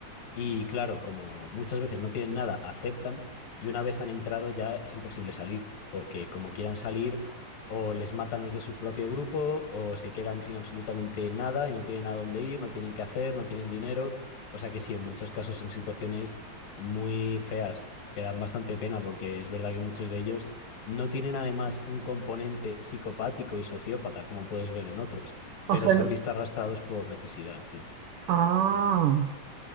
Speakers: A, on the left; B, on the right.
A: y claro, como muchas veces no tienen nada, aceptan y una vez han entrado ya es imposible salir, porque como quieran salir, o les matan los de su propio grupo, o se quedan sin absolutamente nada y no tienen a dónde ir, no tienen qué hacer, no tienen dinero. O sea que sí, en muchos casos son situaciones muy feas, que dan bastante pena, porque es verdad que muchos de ellos no tienen además un componente psicopático y sociópata, como puedes ver en otros,
B: O
A: pero
B: sea,
A: se
B: no-
A: han visto arrastrados por necesidad, sí,
B: ah.